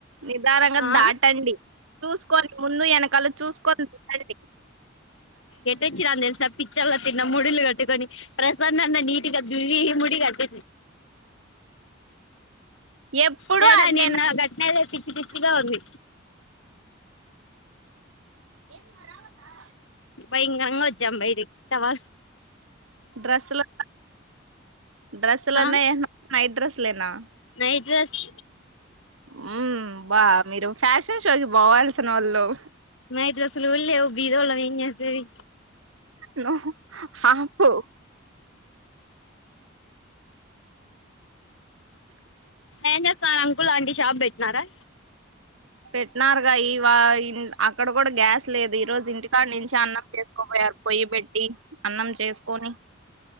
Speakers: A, on the right; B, on the left.
A: నిదానంగా
B: ఆ
A: దాటండి చూసుకొని ముందు వెనకాల చూసుకొని దటండి
B: ఎట్టోచ్చినన్ తెల్సా పిచ్చోళ్ల తిన్న ముడులు కట్టుకొని ప్ర స నన్న నిటికి దువ్వి ముడిగట్
A: ఎప్పుడు
B: జెడా
A: అంతేనా
B: నిన్న గట్న పిచ్చి పిచ్చిగా ఉంది
A: ఏం మరావాల
B: భయం కరంగా వచ్చాము బయటికి టావాష్
A: డ్రెస్లో డ్రెస్లోనే
B: ఆ
A: నైట్ డ్రెస్ లేనా
B: నైట్ డ్రెస్
A: హుమ్ బా మీరు ఫ్యాషన్ షోకి పోవాల్సినోళ్ళు
B: నైట్ డ్రెస్ లు కూడ లెవ్ బీరువాలో ఎం చేస్తివి
A: నువ్ఆపు
B: ఏం చేస్తున్నారు అంకుల్ అంటి షాప్ పెట్టినారా
A: పెట్టినారుగా ఇ వ ఇ అక్కడ కూడా గ్యాస్ లేదు ఈ రోజు ఇంటికాన్నుచ్చే అన్నం చేస్ కొపోయారు పొయ్యి పెట్టి అన్నం చేసుకొని